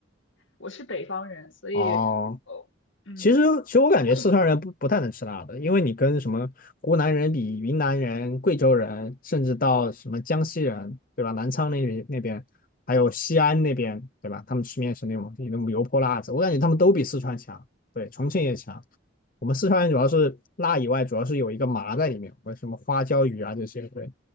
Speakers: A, on the left; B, on the left.
A: 我是北方人，所以，
B: 哦，
A: 哦，嗯，
B: 其实，其实我感觉四川人不不太能吃辣的，
A: 我以，
B: 因为你跟什么湖南人比、云南人、贵州人，甚至到什么江西人，对吧？南昌那边那边，还有西安那边，对吧？他们吃面是那种那种油泼辣子，我感觉他们都比四川强，对，重庆也强。我们四川人主要是辣以外，主要是有一个麻在里面，或者什么花椒鱼啊这些，对，